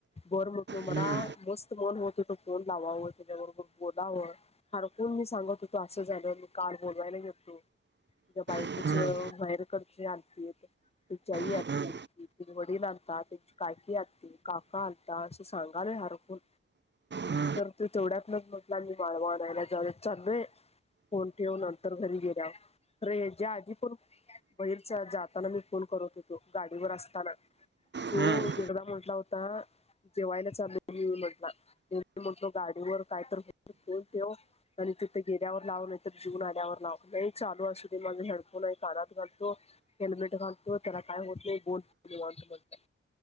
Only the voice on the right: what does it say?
हम्म,
हम्म,
हम्म,
हम्म,
हम्म,